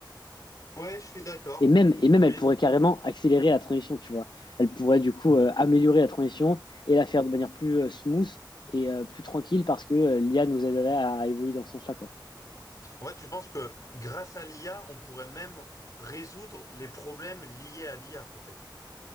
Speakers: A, on the left (about 45°); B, on the left (about 65°).
A: Ouais, je suis d'accord.
B: Et même, et même, elle
A: Mais
B: pourrait carrément accélérer la transition, tu vois. Elle pourrait du coup
A: Hmm.
B: euh, améliorer la transition et la faire de manière plus euh, smooth et euh, plus tranquille parce que euh, l'IA nous aiderait à, à évoluer dans ce sens-là, quoi.
A: En fait, tu penses que grâce à l'IA, on pourrait même résoudre les problèmes liés à l'IA, peut-être.